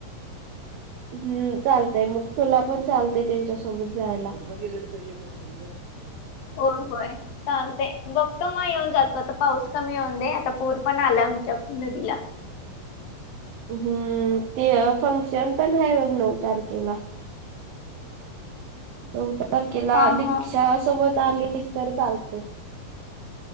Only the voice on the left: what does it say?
हो होय चालतय बघतो मग येऊन जात पण आता पाऊस कमी होऊन दे आता पूर पण आला आमच्या नदीला
हा
हा